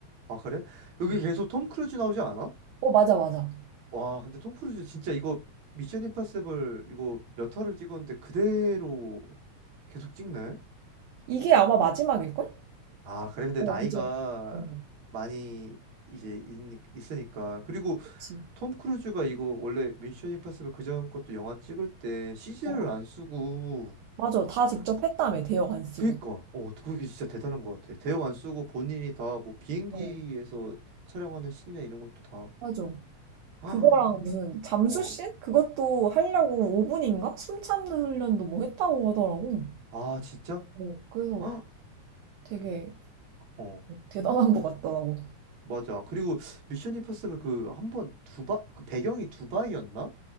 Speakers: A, on the right; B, on the right.
A: 아, 그래? 여기
B: 응.
A: 계속 톰 크루즈 나오지 않아?
B: 어, 맞아, 맞아.
A: 와, 근데 톰 크루즈 진짜 이거 미션 임파서블 이거 몇 화를 찍었는데 그대로 계속 찍네?
B: 이게 아마 마지막일걸?
A: 아, 그래. 근데
B: 어,
A: 나이가
B: 이제. 응.
A: 많이 이제 있, 있으니까. 그리고
B: 그치.
A: 톰 크루즈가 이거 원래 미션 임파서블 그전 것도 영화 찍을 때 CG를
B: 어,
A: 안 쓰고
B: 맞아. 다 직접 했다며, 대역 안 쓰고.
A: 그니까, 어, 그게 진짜 대단한 것 같아. 대형 안 쓰고 본인이 다 뭐 비행기에서
B: 어,
A: 촬영하는 신이나 이런 것도 다.
B: 맞아.
A: 아
B: 그거랑 무슨 잠수신?
A: 어.
B: 그것도 하려고 5분인가? 숨 참는 훈련도 뭐 했다고 하더라고.
A: 아, 진짜?
B: 어, 그래서
A: 헉!
B: 되게
A: 어.
B: 대단한 것 같더라고.
A: 맞아. 그리고 미션 임퍼서블 그 한 번 두바 그 배경이 두바이였나?